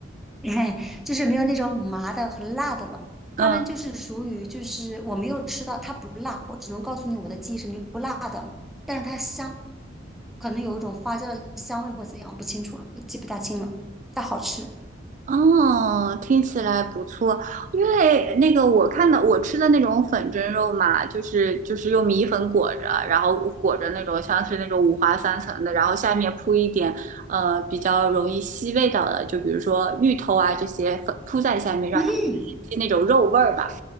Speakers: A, in the centre; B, on the right (about 40°).
A: 哎，就是没有那种麻的和辣的了。他们就是属于，
B: 嗯嗯
A: 就是我没有吃到，它不辣，我只能告诉你我的记忆是没不辣的，但是它香，可能有一种花椒的香味或怎样，不清楚了，我记不大清了，但好吃。
B: 哦，听起来不错。因为那个我看到我吃的那种粉蒸肉嘛，就是就是用米粉裹着，然后裹着那种像是那种五花三层的，然后下面铺一点呃比较容易吸味道的，就比如说芋头啊这些粉铺在下面，让它吸那种肉味儿吧。
A: 嗯，